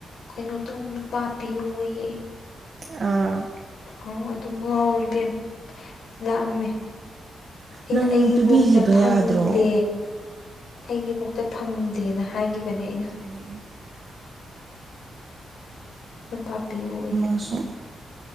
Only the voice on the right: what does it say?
ꯑꯥ
ꯅꯪ
ꯄꯤꯕꯤꯈꯤꯕ
ꯌꯥꯗ꯭ꯔꯣ
ꯕꯅꯦ ꯑꯩꯅ
ꯃꯁꯨ